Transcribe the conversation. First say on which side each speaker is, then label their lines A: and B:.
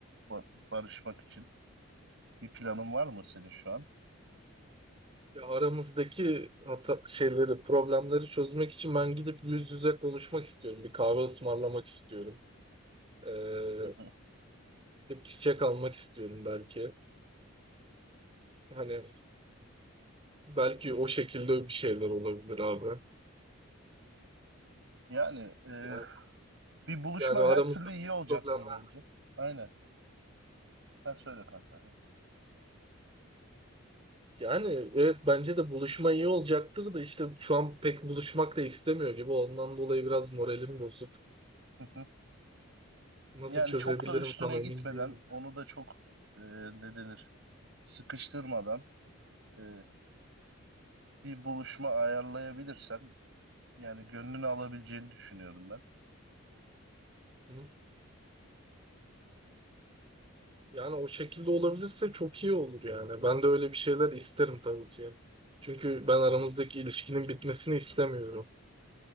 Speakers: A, on the right; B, on the right.
A: Ba- barışmak için bir planın var mı senin şu an?
B: Ya aramızdaki hata şeyleri, problemleri çözmek için ben gidip yüz yüze konuşmak istiyorum. Bir kahve ısmarlamak istiyorum. Ee,
A: Hı hı.
B: gidip çiçek almak istiyorum belki. Hani belki o şekilde bir şeyler olabilir abi.
A: Yani e,
B: Yani,
A: bir buluşma
B: yani aramızda
A: her türlü iyi
B: büyük
A: olacaktır
B: problemler.
A: bence. Aynen. Sen söyle kanka.
B: Yani evet bence de buluşma iyi olacaktır da işte şu an pek buluşmak da istemiyor gibi. Ondan dolayı biraz moralim bozuk.
A: Hı hı.
B: Nasıl
A: Yani
B: çözebilirim
A: çok da üstüne
B: tam
A: gitmeden,
B: emin değilim.
A: onu da çok e, ne denir, sıkıştırmadan e, bir buluşma ayarlayabilirsen, yani gönlünü alabileceğini düşünüyorum ben.
B: Hı? Yani o şekilde olabilirse çok iyi olur yani. Ben de öyle bir şeyler isterim tabii ki. Çünkü ben aramızdaki ilişkinin bitmesini istemiyorum.